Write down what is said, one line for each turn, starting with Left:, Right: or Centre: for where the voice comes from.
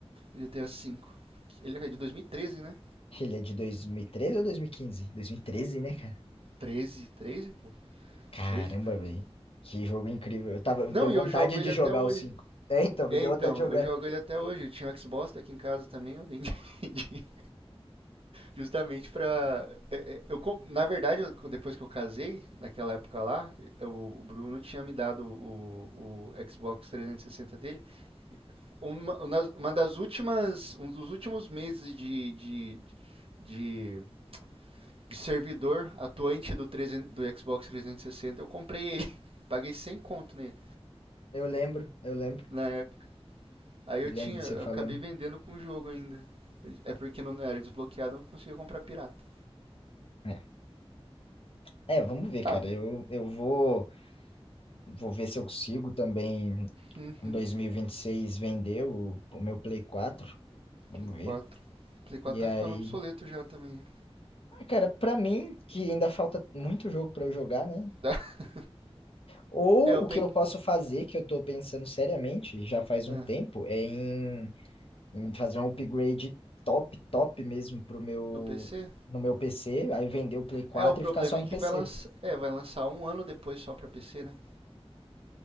Right: GTA V. Ele é de 2013, né?
Left: Ele é de 2013 ou 2015? 2013, né, cara?
Right: 13, 13, pô?
Left: Caramba,
Right: 13, porque.
Left: velho. Que jogo incrível. Eu tava,
Right: Não,
Left: deu vontade
Right: e eu jogo
Left: de
Right: ele
Left: jogar
Right: até hoje.
Left: o 5. É, então, me
Right: É,
Left: deu
Right: então,
Left: vontade de jogar.
Right: eu jogo ele até hoje. Eu tinha um Xbox aqui em casa também, eu vendi <laughs> justamente pra. é, é, Eu, com- na verdade, eu- depois que eu casei, naquela época lá, eu- o Bruno tinha me dado o, o Xbox 360 dele. Uma, uma das- uma das últimas, um dos últimos meses de, de, de, de servidor atuante do, 300 do Xbox 360, eu comprei ele. <laughs> Paguei 100 conto nele.
Left: Eu lembro, eu lembro.
Right: Na época. Aí
Left: Eu
Right: eu
Left: lembro
Right: tinha,
Left: de
Right: eu
Left: você falando.
Right: acabei vendendo com o jogo ainda. É porque não era desbloqueado, eu não conseguia comprar pirata.
Left: É. É, vamos ver, cara.
Right: Ah,
Left: Eu, eu vou, vou ver se eu consigo também
Right: uhum,
Left: em dois mil e e vinte e seis vender o, o meu Play 4. Vamos
Right: Play
Left: ver.
Right: 4. Play 4
Left: E aí,
Right: tá ficando obsoleto já também.
Left: ah, cara, pra mim, que ainda falta muito jogo pra eu jogar, né?
Right: Dá- <laughs>
Left: Ou
Right: É, eu
Left: o
Right: peguei.
Left: que eu posso fazer, que eu tô pensando seriamente, já faz
Right: Ah,
Left: um tempo, é em, em fazer um upgrade top, top mesmo pro meu,
Right: no PC?
Left: no meu PC, aí vender o Play 4
Right: É, o problema
Left: e ficar só
Right: é
Left: no
Right: que
Left: PC.
Right: vai lançar. É, vai lançar um ano depois só pra PC, né?